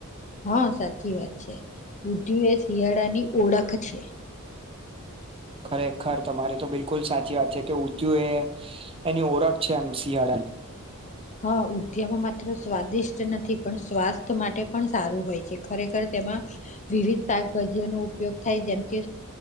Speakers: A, on the left; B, on the right.
A: હા સાચી વાત છે બુધ્યું એ શિયાળાની ઓળખ છે.
B: ખરેખર તમારી તો બિલકુલ સાચી વાત છે કે ઉંધીયુ એ એની ઓળખ છે એમ શિયાળે
A: હા ઉદ્યામાં માત્ર સ્વાદિષ્ટ નથી પણ સ્વાસ્થ્ય માટે પણ સારું હોય છે ખરેખર તેમાં વિવિધ શાકભાજીઓનો ઉપયોગ થાય જેમ કે